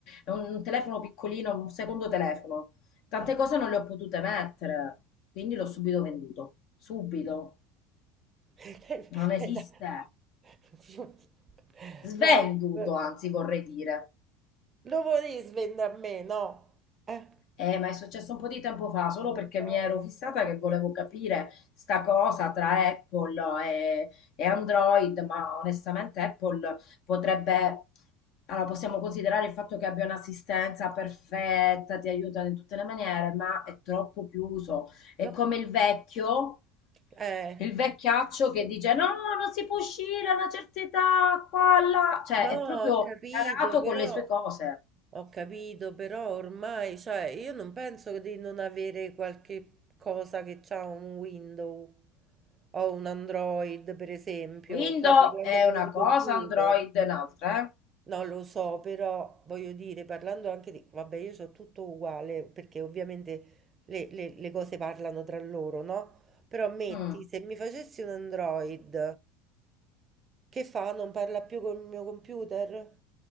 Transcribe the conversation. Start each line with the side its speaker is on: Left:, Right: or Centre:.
Left: un, un telefono piccolino, un secondo telefono Tante
Right: Eh.
Left: cose non le ho potute mettere, quindi l'ho subito venduto. Subito.
Right: Lei
Left: Non esiste.
Right: lei da <laughs>
Left: Svenduto,
Right: No, v
Left: anzi, vorrei dire.
Right: Lo volevi svendere a me, no? Eh,
Left: Eh, ma è successo un po' di tempo fa, solo
Right: mannaggia.
Left: perché mi ero fissata che volevo capire sta cosa tra Apple e, e Android, ma onestamente Apple potrebbe, allora possiamo considerare il fatto che abbia un'assistenza perfetta, ti aiuta in tutte le maniere, ma è troppo chiuso. È
Right: No,
Left: come il vecchio,
Right: eh,
Left: il vecchiaccio che dice no, non si può uscire a una certa età, qua, là, cioè
Right: no,
Left: è proprio
Right: ho capito,
Left: tarato
Right: però
Left: con le sue cose.
Right: ho capito, però ormai, cioè, io non penso di non avere qualche cosa che c'ha un Windows o un Android, per esempio.
Left: Windows
Right: Stai parlando
Left: è
Right: pure
Left: una
Right: di
Left: cosa,
Right: computer.
Left: Android è un'altra, eh?
Right: No, lo so, però voglio dire, parlando anche di... Vabbè, io so tutto uguale, perché ovviamente le, le- le cose parlano tra loro, no? Però metti,
Left: Mm. Mm,
Right: se mi facessi un Android, che fa? Non parla più col mio computer?